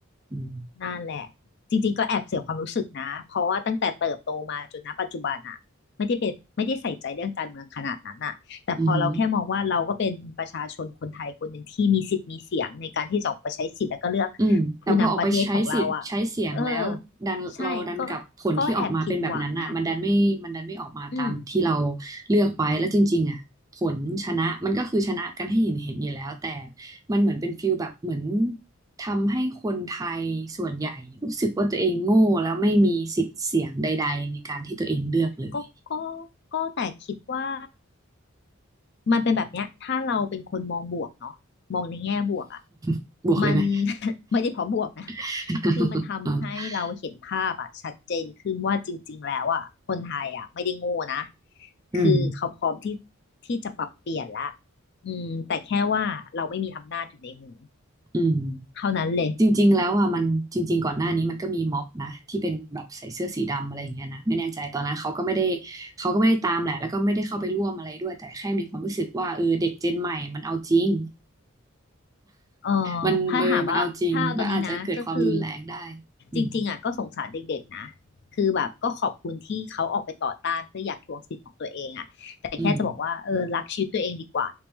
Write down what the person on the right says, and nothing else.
อืม
อือหือ อืมแต่พอออกไปใช้สิทธิ์ใช้เสียงแล้วดันเราดันกับผลที่ออกมาเป็นแบบนั้นอ่ะมันดันไม่มันดันไม่ออกมาตามที่เรา
เลือกไว้แล้วจริงๆอ่ะผลชนะมันก็คือชนะกันให้เห็นเห็นอยู่แล้วแต่มันเหมือนเป็นฟิลแบบเหมือนทำให้คนไทยส่วนใหญ่รู้สึกว่าตัวเองโง่แล้วไม่มีสิทธิ์เสียงใดๆในการที่ตัวเองเลือกเลย
<laughs> บวกเลยไหม
<laughs>
อืม
อืม
จริงๆแล้วอ่ะมันจริงๆก่อนหน้านี้มันก็มีม็อบนะที่เป็นแบบใส่เสื้อสีดำอะไรอย่างเงี้ยนะไม่แน่ใจตอนนั้นเขาก็ไม่ได้เขาก็ไม่ได้ตามแหละแล้วก็ไม่ได้เข้าไปร่วมอะไรด้วยแต่แค่มีความรู้สึกว่าเออเด็กเจนใหม่มันเอาจริง
มันเออมันเอาจริงแล้วอาจจะเกิดความรุนแรงได้
อืม
อืม